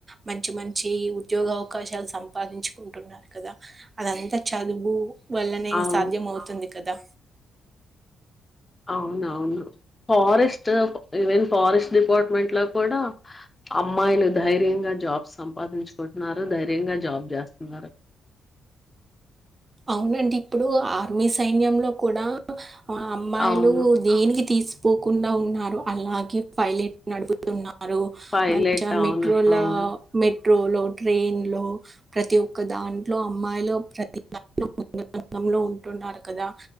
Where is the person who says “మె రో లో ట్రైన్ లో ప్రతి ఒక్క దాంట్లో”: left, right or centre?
Right